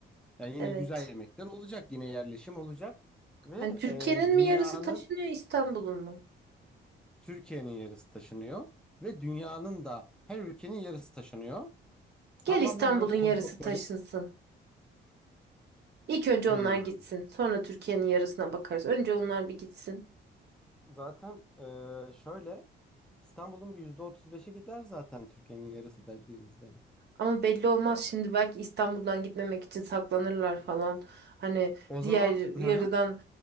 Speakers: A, in the centre; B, on the right (about 60°).
A: Yani yine
B: evet.
A: güzel yemekler olacak, yine yerleşim olacak ve
B: Hani Türkiye'nin
A: e, dünyanın
B: mi yarısı taşınıyor İstanbul'un mu?
A: Türkiye'nin yarısı taşınıyor ve dünyanın da her ülkenin yarısı taşınıyor.
B: Gel
A: Tamamen
B: İstanbul'un
A: böyle kozmopolit.
B: yarısı taşınsın. İlk önce
A: Hmm.
B: onlar gitsin. Sonra Türkiye'nin yarısına bakarız. Önce onlar bir gitsin.
A: Zaten e, şöyle İstanbul'un bir %35'i gider zaten Türkiye'nin yarısı dediğinizde.
B: Ama belli olmaz şimdi belki İstanbul'dan gitmemek için saklanırlar falan. Hani
A: O
B: diğer
A: zaman hı
B: yarıdan
A: hı,